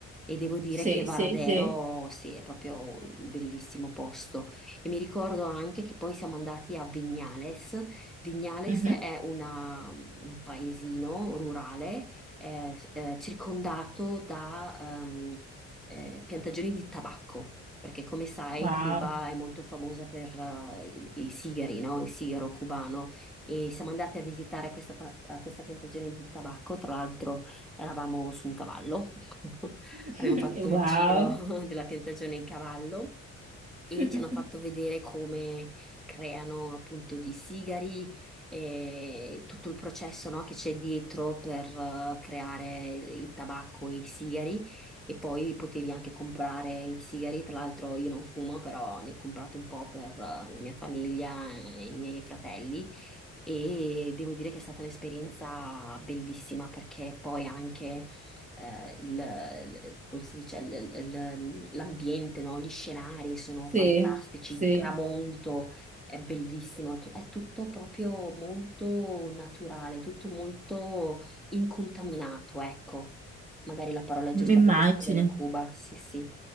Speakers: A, in the centre; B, on the right.
A: E devo dire
B: Sì,
A: che Varadero,
B: sì, sì.
A: sì, è proprio un bellissimo posto. E mi ricordo anche che poi siamo andati a Vignales. Vignales
B: Mhm.
A: è una- un paesino rurale eh, eh, circondato da ehm, eh, piantagioni di tabacco. Perché come sai,
B: Wow.
A: Cuba è molto famosa per eh, i, i sigari, no? Il sigaro cubano. E siamo andati a visitare questa, pa- a questa piantagione di tabacco. Tra l'altro, eravamo su un cavallo. <laughs>
B: <laughs>
A: Abbiamo fatto il
B: Wow.
A: giro <laughs> della piantagione in cavallo e
B: <laughs>
A: ci hanno fatto vedere come creano appunto gli sigari e tutto il processo, no, che c'è dietro per eh, creare il tabacco e i sigari. E poi potevi anche comprare i sigari, tra l'altro io non fumo, però ne ho comprati un po' per eh, la mia famiglia e i miei fratelli e devo dire che è stata un'esperienza bellissima perché poi anche eh, il- il- come si dice, il- il- l'ambiente, no? Gli scenari sono
B: Sì,
A: fantastici,
B: sì.
A: il tramonto è bellissimo, tu- è tutto proprio molto naturale, tutto molto incontaminato, ecco. Magari la parola è giusta
B: Immagine.
A: per descrivere Cuba, sì, sì.